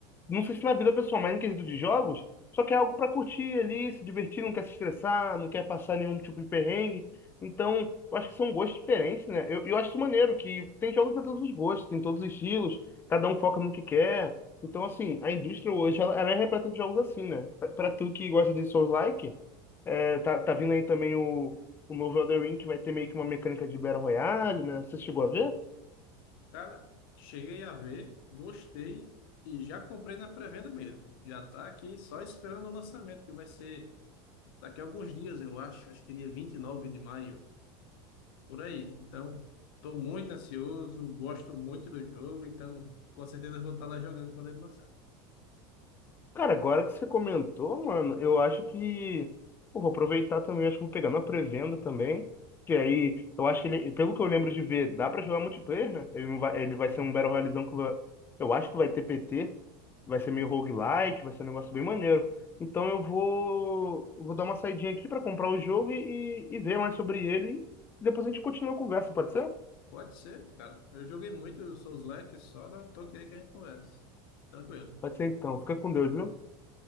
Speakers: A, on the left; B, on the left.
A: não sei se na vida pessoal, mas em quesito de jogos, só quer algo pra curtir ali, se divertir, não quer se estressar, não quer passar nenhum tipo de perrengue. Então, eu acho que são gostos diferentes, né? Eu, eu acho isso maneiro, que tem jogos pra todos os gostos, tem todos os estilos, cada um foca no que quer. Então, assim, a indústria hoje, ela, ela é repleta de jogos assim, né? Pra pra tu que gosta de Souls-like, é, tá, tá vindo aí também o, o novo Elden Ring, que vai ter meio que uma mecânica de Battle Royale, né? Você chegou a ver?
B: Cara, cheguei a ver, gostei e já comprei na pré-venda mesmo. Já tá aqui só esperando o lançamento, que vai ser. daqui a alguns dias, eu acho, acho que dia 29 de maio, por aí. Então, estou muito ansioso, gosto muito do jogo, então com certeza eu vou estar lá jogando quando ele lançar.
A: Cara, agora que você comentou, mano, eu acho que pô, vou aproveitar também, acho que vou pegar na pré-venda também. Que aí, eu acho que ele, pelo que eu lembro de ver, dá pra jogar multiplayer, né? Ele não vai, ele vai ser um Battle Royalezão que vai- eu acho que vai ter PT, vai ser meio roguelike, vai ser um negócio bem maneiro. Então eu vou, eu vou dar uma saidinha aqui pra comprar o jogo e, e e ver mais sobre ele. E depois a gente continua a conversa, pode ser?
B: Pode ser, cara. Eu joguei muito Souls-like, só dá um toque aí que a gente conversa. Tranquilo.
A: Pode ser então. Fica com Deus, viu?